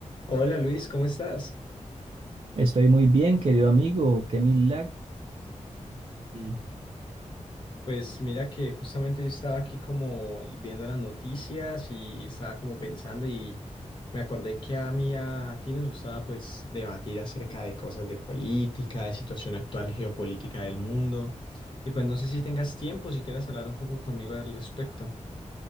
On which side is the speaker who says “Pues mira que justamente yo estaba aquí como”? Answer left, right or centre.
Left